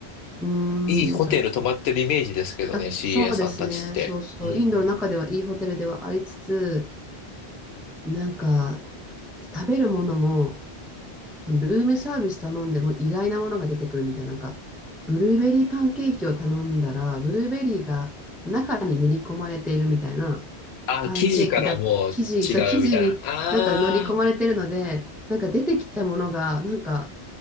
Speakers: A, in the centre; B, on the left.
A: うー
B: いいホテル泊まってるイメージですけどね、
A: ん、やっぱ、あ、
B: CA
A: そうですね、
B: さんたちって。
A: そうそう、
B: うんうん。
A: インドの中ではいいホテルではありつつ、なんか、食べるものも、そのルームサービス頼んでも意外なものが出てくるみたいな、なんか、ブルーベリーパンケーキを頼んだら、ブルーベリーが中に練り込まれているみたいな、
B: あ、
A: パンケーキだ、
B: 記事からもう違うみたいな。
A: 生地、そう、生地になんか乗り込まれてるので、
B: あ
A: なんか出てきたものが、なんか、